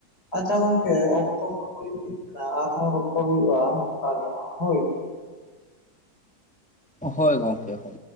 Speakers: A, on the left (about 85°); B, in the centre.
A: ᱟᱪᱪᱷᱟ ᱜᱚᱝᱠᱮ ᱚᱠᱛᱚ ᱠᱚᱦᱚᱸ ᱦᱩᱭ ᱤᱫᱤᱜ <inaudible> ᱟᱨᱦᱚᱸ ᱨᱚᱯᱚᱲ ᱦᱩᱭᱩᱜᱼᱟ ᱱᱚᱝᱠᱟ ᱜᱮ ᱦᱟᱸᱜ ᱦᱳᱭ᱾
B: ᱦᱳᱭ ᱜᱚᱝᱠᱮ ᱦᱳᱭ᱾